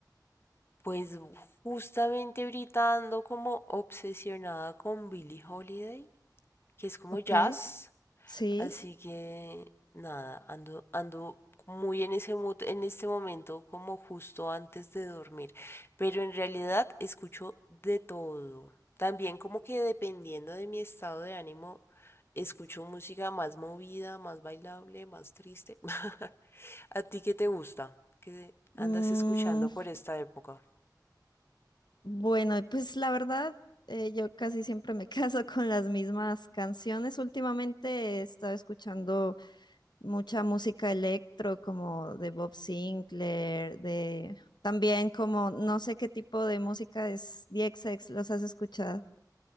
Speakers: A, on the left (about 35°); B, on the left (about 80°).
A: Pues u- justamente ahorita ando como obsesionada con Billie Holiday, que es como
B: Ok,
A: jazz.
B: sí.
A: Así que nada, ando, ando muy en ese mood en este momento, como justo antes de dormir. Pero en realidad escucho de todo. También como que dependiendo de mi estado de ánimo, escucho música más movida, más bailable, más triste. <laughs> ¿A ti qué te gusta? ¿Qué andas
B: Mm,
A: escuchando por esta época?
B: bueno, pues la verdad, eh, yo casi siempre me caso <laughs> con las mismas canciones. Últimamente he estado escuchando mucha música electro, como de Bob Sinclair, de también como no sé qué tipo de música es DXX, ¿los has escuchado?